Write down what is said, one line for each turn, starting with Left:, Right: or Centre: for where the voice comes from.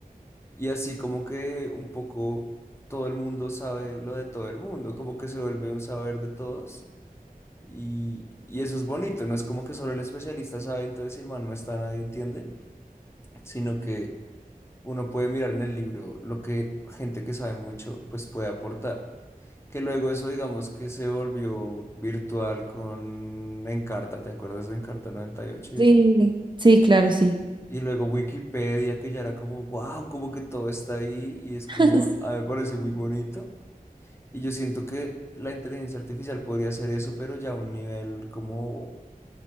Left: Y así como que un poco todo el mundo sabe lo de todo el mundo, como que se vuelve un saber de todos. Y, y eso es bonito, no es como que solo el especialista sabe, entonces si el man no está, nadie entiende, sino que Uno puede mirar en el libro lo que gente que sabe mucho pues puede aportar. Que luego eso digamos que se volvió virtual con Encarta, ¿te acuerdas de Encarta 98 y
Right: sí,
Left: ocho y eso?
Right: sí, claro, sí.
Left: Y luego Wikipedia, que ya era como, wow, como que todo está ahí y es como,
Right: <laughs>
Left: a mí me parece muy bonito. Y yo siento que la inteligencia artificial podría hacer eso, pero ya a un nivel como